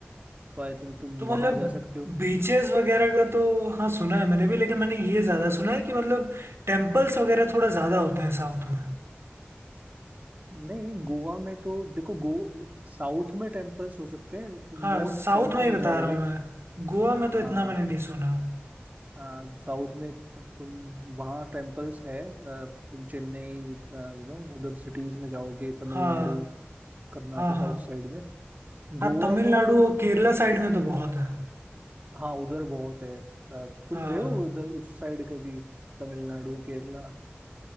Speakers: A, on the right; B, on the right.
A: तो आई थिंक तुम
B: तो मतलब
A: वहाँ जा सकते हो
B: बीचेस वगैरह का तो हाँ सुना है मैंने भी लेकिन मैंने ये ज़्यादा सुना है कि मतलब टेम्पल्स वगैरह थोड़ा ज़्यादा होते हैं साउथ में
A: नहीं नहीं गोवा में तो देखो गो साउथ में टेम्पल्स हो सकते हैं
B: हाँ
A: मोस्ट
B: साउथ
A: साउथ
B: में
A: में
B: ही बता
A: जाओगे
B: रहा हूँ मैं गोवा में तो इतना
A: हाँ
B: मैंने नहीं सुना
A: हाँ साउथ में तुम वहाँ टेम्पल्स है अ, तुम चेन्नई यू नो उधर सिटीज में जाओगे तमिलनाडु
B: हाँ
A: कर्नाटका
B: हाँ हाँ
A: उस साइड में
B: हाँ
A: गोवा
B: तमिलनाडु
A: में तो
B: और केरला साइड में तो बहुत है
A: हाँ उधर बहुत है अ, तुम
B: हाँ
A: गए हो उधर उस साइड कभी तमिलनाडु केरला